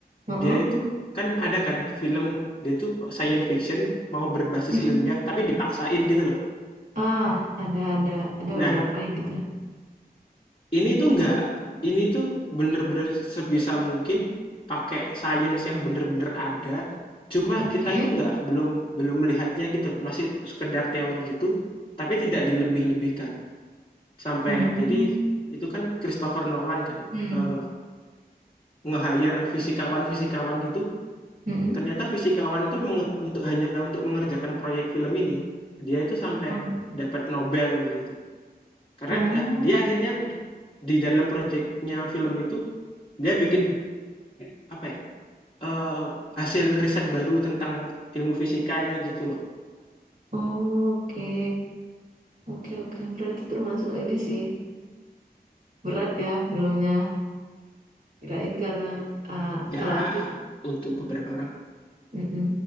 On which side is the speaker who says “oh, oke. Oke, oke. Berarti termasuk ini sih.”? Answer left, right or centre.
Right